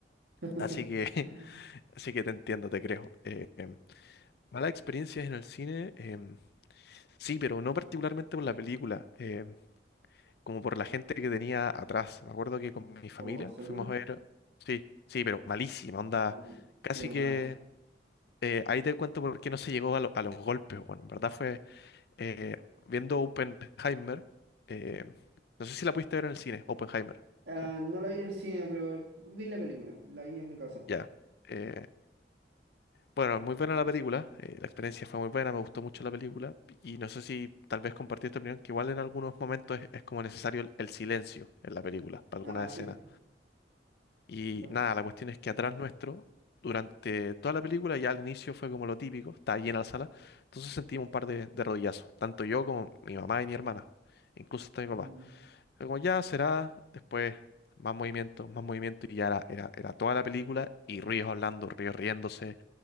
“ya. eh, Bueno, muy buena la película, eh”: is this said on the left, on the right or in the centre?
Left